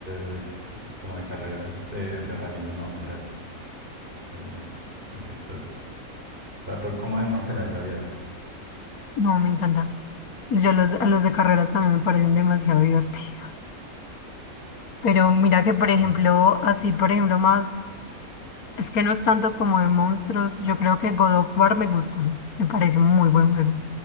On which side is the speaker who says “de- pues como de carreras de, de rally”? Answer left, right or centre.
Right